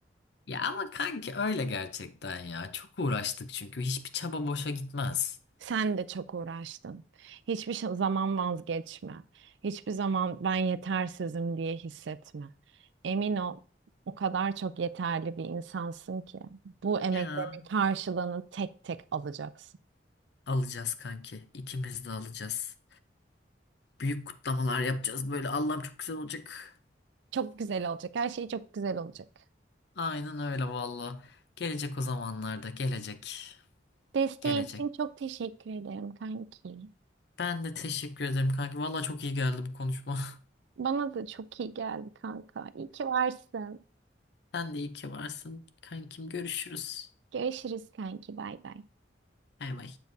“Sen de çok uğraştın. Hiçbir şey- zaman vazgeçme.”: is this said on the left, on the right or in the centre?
Right